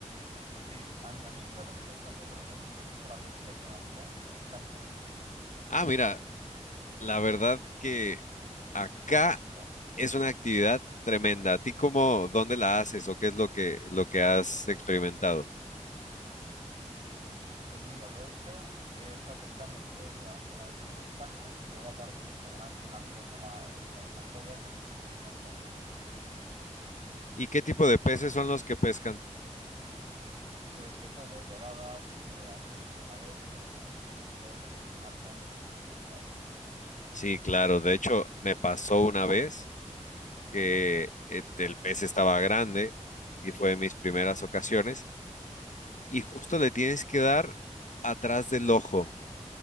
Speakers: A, on the right; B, on the left.
A: sí, a mí, a mí es algo que me gusta hacerlo. No sé si te gusta la pesca con arpón, me encanta,
B: Ah, mira, la verdad que acá
A: me encanta pescar.
B: es una actividad tremenda. ¿A ti cómo, dónde la haces o qué es lo que, lo que has experimentado?
A: Pues mira, lo he hecho, he estado pescando por la zona del sur de España y luego aparte, pues alguna vez con un amigo en, una- en alguna zodia que nos hemos ido con un arpón,
B: ¿Y qué tipo
A: principalmente,
B: de peces son los
A: sí.
B: que pescan?
A: Pues de todo, doradas, eh, atunes alguna vez, pero bueno, pequeños, todo pequeño, con un arpón ya sabes que estás limitado.
B: Sí, claro. De hecho, me pasó una vez. que eh, el pez estaba grande y fue de mis primeras ocasiones. Y justo le tienes que dar atrás del ojo.